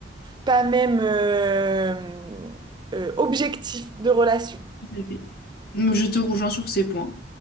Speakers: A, on the right; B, on the left.
A: pas même euh, euh, objectif de relation.
B: tout à fait. Je te rejoins sur ces points.